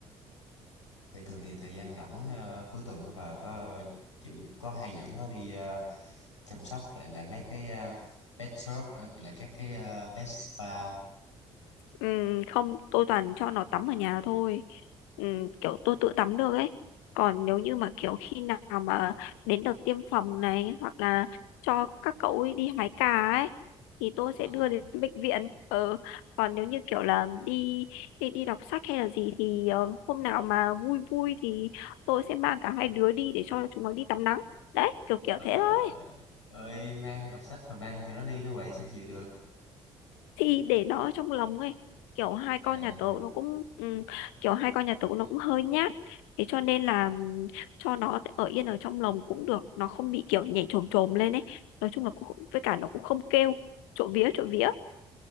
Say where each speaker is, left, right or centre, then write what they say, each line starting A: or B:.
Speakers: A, on the left; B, on the left.
A: vậy thường thì thời gian rảnh à, cuối tuần đó bà có chịu có hay dẫn nó đi à, chăm sóc lại là mấy cái à, pet shop ờ, là các cái à, pet spa không?
B: Ừ, không tôi toàn cho nó tắm ở nhà thôi ừ, kiểu tôi tự tắm được ấy còn nếu như mà kiểu khi nào mà đến đợt tiêm phòng này hoặc là cho các cậu ấy đi hái cà ấy thì tôi
A: Ờ,
B: sẽ đưa đến bệnh viện ờ, còn nếu như kiểu
A: ờ.
B: là đi đi đi đọc sách hay là gì thì ờ, hôm nào mà vui vui thì tôi sẽ mang cả hai đứa đi để cho chúng nó đi tắm nắng đấy kiểu kiểu
A: Ờ,
B: thế thôi
A: ơi mang đọc sách mà mang tụi nó đi nó vậy sao chịu được
B: thì để nó ở trong lòng ấy kiểu hai con
A: à
B: nhà tớ nó cũng ừ, kiểu hai con nhà tớ nó cũng hơi nhát thế cho nên là ừm, cho nó ở yên ở trong lồng cũng được nó không bị kiểu nhảy chồm chồm lên ấy nói chung là cũng với cả nó cũng không kêu trộm vía trộm vía